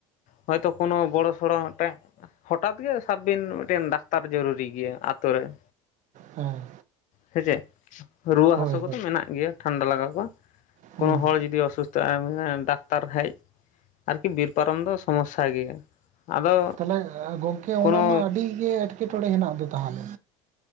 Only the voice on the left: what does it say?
ᱦᱚᱳᱭᱛᱚ ᱠᱳᱱᱳ ᱵᱚᱲᱚ ᱥᱚᱲᱚ ᱢᱤᱜᱴᱟᱝ ᱦᱚᱴᱟᱛ ᱜᱮ ᱥᱟᱵ ᱵᱤᱱ ᱢᱤᱜᱴᱮᱱ ᱰᱟᱠᱛᱟᱨ ᱡᱚᱨᱩᱨᱤ ᱜᱮᱭᱟ ᱟᱛᱳ ᱨᱮᱱ᱾
ᱥᱮ ᱪᱮᱜ ᱨᱩᱣᱟᱹ
ᱦᱟᱹᱥᱩ ᱠᱚᱫᱚ
ᱢᱮᱱᱟᱜ ᱜᱮᱭᱟ ᱴᱷᱟᱱᱰᱟ ᱞᱟᱜᱟᱣ ᱠᱚᱣᱟ
ᱠᱳᱱᱳ ᱦᱚᱲ ᱡᱩᱫᱤ ᱚᱥᱩᱥᱛᱷᱚᱜ-ᱟ ᱢᱟᱱᱮ ᱰᱟᱠᱛᱟᱨ ᱦᱮᱡ ᱟᱨᱠᱤ ᱵᱤᱨ ᱯᱟᱨᱚᱢ ᱫᱚ ᱥᱚᱢᱚᱥᱟ ᱜᱮᱭᱟ᱾ ᱟᱫᱚ
ᱠᱳᱱᱳ